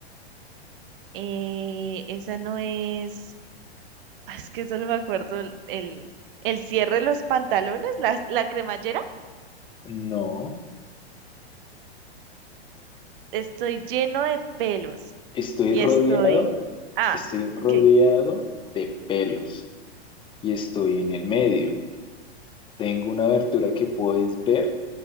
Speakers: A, on the right; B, on the left.
A: eh, esa no es... Ah, Es que solo me acuerdo el, el, el cierre de los pantalones, la, la cremallera.
B: No,
A: Estoy lleno de pelos.
B: estoy
A: Y
B: rodeado
A: estoy. Ah,
B: Estoy rodeado
A: ok.
B: de pelos y estoy en el medio. Tengo una abertura que puedes ver